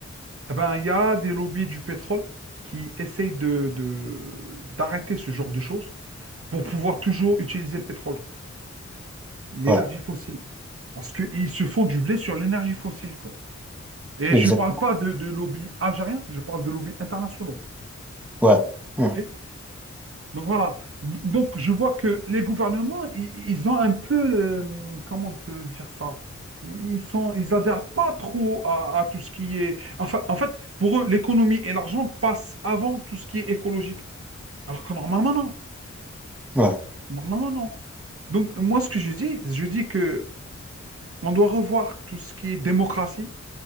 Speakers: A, on the right (about 50°); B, in the centre.
A: Eh ben, il y a des lobbies du pétrole qui essayent de, de- d'arrêter ce genre de choses pour pouvoir toujours utiliser le pétrole. l'énergie
B: Ouais.
A: fossile. Parce qu'ils se font du blé sur l'énergie fossile, quoi. Et
B: Exactement.
A: je ne parle pas de, de lobby algérien, je parle de lobby international
B: Ouais. Ouais.
A: ok Donc voilà. Donc je vois que les gouvernements, ils, ils ont un peu le- Comment on peut dire ça? Ils sont, ils adhèrent pas trop à, à tout ce qui est. Enfin, en fait, pour eux, l'économie et l'argent passent avant tout ce qui est écologique. Alors que normalement, non.
B: Ouais.
A: Normalement, non. Donc, moi, ce que je dis, je dis que on doit revoir tout ce qui est démocratie